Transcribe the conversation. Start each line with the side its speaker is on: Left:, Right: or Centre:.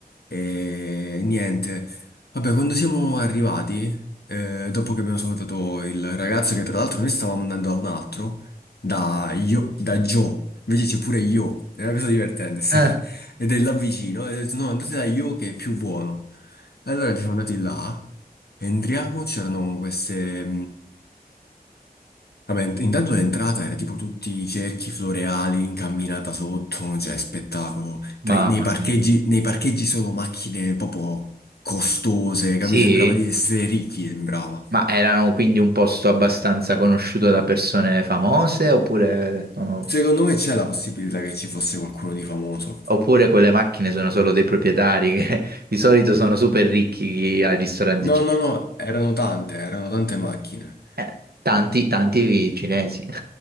Left: e niente. Vabbè, quando siamo arrivati, eh, dopo che abbiamo salutato il ragazzo, che tra l'altro noi stavamo andando da un altro, da, io, da Joe, invece c'è pure Io, è una cosa divertente, sta
Right: Eh,
Left: co- <laughs> ed è là vicino, e ho detto no, andate da Io che è più buono. Allora siamo andati là, entriamo, c'erano queste... Vabbè, int- intanto l'entrata era tipo tutti i cerchi floreali, incamminata sotto, cioè spettacolo.
Right: mamma
Left: Tra- nei parcheggi,
Right: mia.
Left: nei parcheggi solo macchine proprio costose,
Right: Sì?
Left: capito? Sembrava di essere ricchi, sembrava.
Right: Ma erano quindi un posto abbastanza conosciuto da persone famose oppure, sono-
Left: Secondo me c'è la possibilità che ci fosse qualcuno di famoso.
Right: oppure quelle macchine sono solo dei proprietari che <laughs> di solito sono super ricchi ai ristoranti
Left: No,
Right: cinesi?
Left: no, no, erano tante, erano tante macchine.
Right: Eh, tanti, tanti cinesi. <laughs>